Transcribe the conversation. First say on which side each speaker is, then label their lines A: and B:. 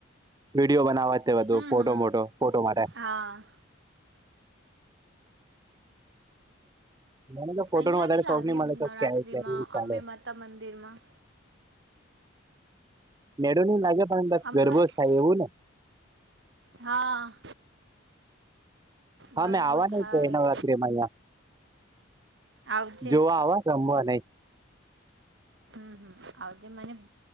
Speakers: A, on the right (about 20°); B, on the right (about 60°).
A: વિડીયો બનાવવાથી તે બધું
B: હમ
A: ફોટો
B: હમ
A: મોટો ફોટો માટે
B: હા
A: મને તો ફોટો
B: અહીંયા
A: નો વધારે
B: ભી લાગે
A: શોખ નહીં મને
B: નવરાત્રિમાં
A: તો ક્યાંય ક્યાંય ચાલે
B: અમ્બે માતા મંદિરમાં.
A: મેડો નું લાગે પણ બસ
B: અંબે
A: ગરબો
B: માતા
A: જ થાય એવું ને?
B: હા.
A: હા
B: ગરબો
A: મેં આવાનુ
B: થાય
A: છે નવરાત્રી. જેમલા
B: આવજે
A: જોવા આવા રમવા નહીં.
B: હમ હમ આવજે મને